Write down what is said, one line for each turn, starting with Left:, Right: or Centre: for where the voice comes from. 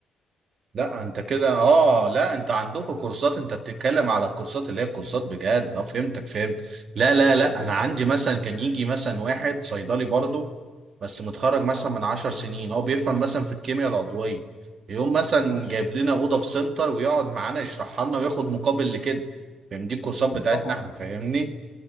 Right: لا انت كده اه لا انت عندكم كورسات انت بتتكلم على الكورسات اللي هي الكورسات بجد اه فهمتك فهمت لا لا لا
Left: ايوه
Right: انا عندي مثلا كان يجي مثلا واحد صيدلي برضه بس متخرج مثلا
Left: اه
Right: من عشر سنين هو بيفهم مثلا في الكيمياء العضوية يقوم مثلا
Left: ماشي
Right: جايب لنا اوضه في سنتر ويقعد معانا يشرحها لنا وياخد مقابل لكده فاهم دي الكورسات بتاعتنا
Left: طبعا
Right: احنا فاهمني